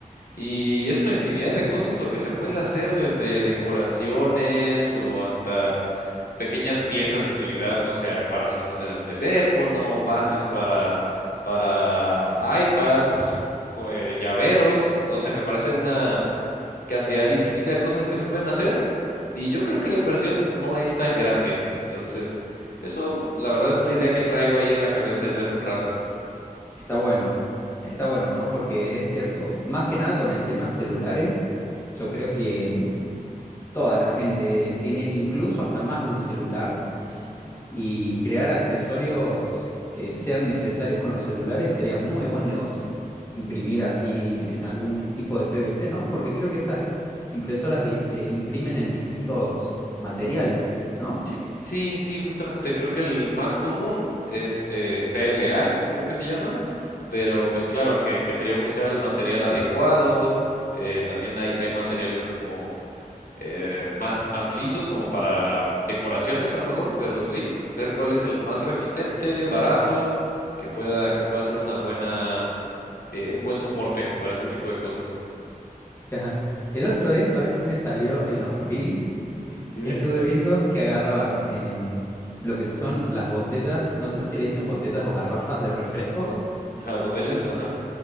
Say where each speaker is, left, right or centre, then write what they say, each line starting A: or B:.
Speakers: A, on the left; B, on the left.
A: y es una infinidad de cosas lo que se puede hacer desde decoraciones o hasta pequeñas piezas de utilidad, no sé, para sostener el teléfono, bases para, para iPads, co- eh, llaveros, no sé, me parece una cantidad infinita de cosas que se pueden hacer y yo creo que la inversión no es tan grande. Entonces, eso la verdad es una idea que traigo ahí en la cabeza desde hace un rato.
B: Está bueno, está bueno, ¿no? Porque es cierto, más que nada con el tema celulares, yo creo que mm, toda la gente tiene incluso hasta más de un celular
A: Ujú.
B: y crear accesorios que sean necesarios con los celulares sería muy buen negocio. Imprimir así en algún tipo de PVC, ¿no? Porque creo que esas impresoras di- eh, imprimen en distintos materiales, ¿no?
A: Sí, sí, sí, justamente creo que el más común es eh, PLA, creo que se llama, pero pues claro, que, que sería buscar el material adecuado, eh, también hay, hay materiales como eh, más, más lisos como para decoraciones a lo mejor, pero sí, ver cuál es el más resistente, barato, que pueda, que pueda ser una buena, eh, un buen soporte para ese tipo de cosas.
B: <laughs> Ajá. El otro día, ¿sabes qué me salió en los reels?
A: <laughs> Dime.
B: Estuve viendo que agarraban em, lo que son las botellas, no sé si le dicen botellas o garrafas de refrescos
A: Ajá, botellas, ajá.